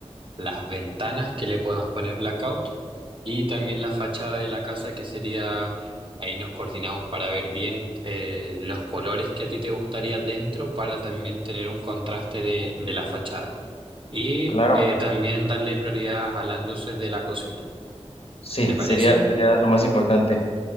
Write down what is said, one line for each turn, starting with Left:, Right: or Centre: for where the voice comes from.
Right: las ventanas que le puedan poner blackout y también la fachada de la casa que sería, ahí nos coordinamos para ver bien eh, los colores que a ti te gustaría dentro para también tener un contraste de, de la fachada. Y
Left: Claro.
Right: eh, también darle prioridad a las luces de la cocina.
Left: Sí,
Right: ¿Te parece?
Left: sería, sería lo más importante.